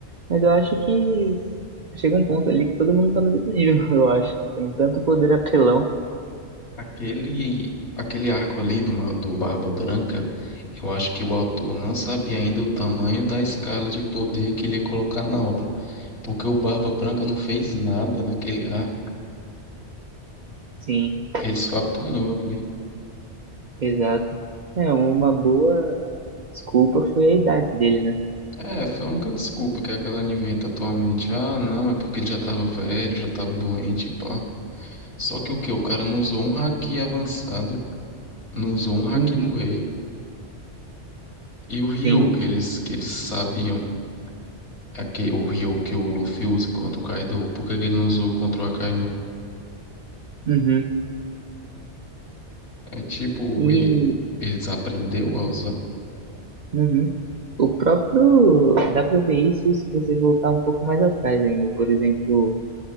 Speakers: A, on the right; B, on the left.
A: Mas eu acho que chega um ponto ali que todo mundo tá no mesmo nível, <laughs> eu acho. Tem tanto poder apelão.
B: aquele, aquele arco ali do, Ma- do Barba Branca, eu acho que o autor não sabia ainda o tamanho da escala de poder que ele ia colocar na obra, porque o Barba Branca não fez nada naquele arco,
A: Sim,
B: ele só apanhou ali.
A: exato. É, uma boa desculpa foi a idade dele, né?
B: É, foi a única desculpa que a galera inventa atualmente. Ah, não, é porque ele já tava velho, já tava doente, pá. Só que o quê? O cara não usou um haki avançado, não usou um haki
A: Uhum,
B: do rei. E o Ryu
A: sim.
B: que eles, que eles sabiam, aque- o Ryu que o Luffy usa contra o Kaido, por que que ele não usou contra o Akainu?
A: Uhum.
B: É tipo,
A: E
B: ele, eles aprendeu a usar.
A: uhum. O próprio. Dá pra ver isso se você voltar um pouco mais atrás ainda. Por exemplo,